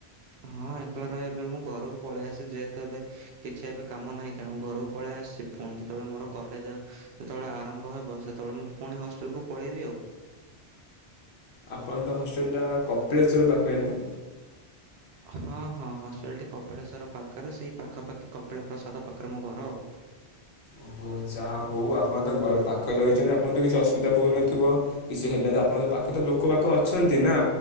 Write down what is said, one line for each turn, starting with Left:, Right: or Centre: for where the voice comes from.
Right: ହଁ ଏକଲା ରହିବା ପାଇଁ ଏବେ ମୁଁ ଘରକୁ ପଳେଇ ଆସିଛି ଯେହେତୁ ଏବେ କିଛି ଏବେ କାମ ନାହିଁ ତେଣୁ ମୁଁ ଘରକୁ ପଳେଇ ଆସିଛି ପୁଣି ଯେତେବେଳେ ମୋର କଲେଜ ଯେତେବେଳେ ଆରମ୍ଭ ହେବ ସେତେବେଳେ ମୁଁ ପୁଣି ହଷ୍ଟେଲକୁୁ ପଳେଇବି ଆଉ।
Left: ଆପଣ ତ ହଷ୍ଟେଲ ଟା କପିଳେଶ୍ଵର ପାଖରେ ନା?
Right: ହଁ ହଁ ହଷ୍ଟେଲଟି କପିଳେଶ୍ୱର ପାଖରେ ସେଇ ପାଖାପାଖି କପିଳ ପ୍ରସାଦ ପାଖରେ ମୋ ଘର ଆଉ।
Left: ଓହୋ ଯାହା ହଉ ଆପଣ ତ ଘର ପାଖରେ ରହିଛନ୍ତି। ଆପଣ ତ କିଛି ଅସୁବିଧା ହଉନଥିବ କିଛି ହେଲେ ତ ଆପଣଙ୍କ ପାଖ ତ ଲୋକ ପାଖ ଅଛନ୍ତି ନା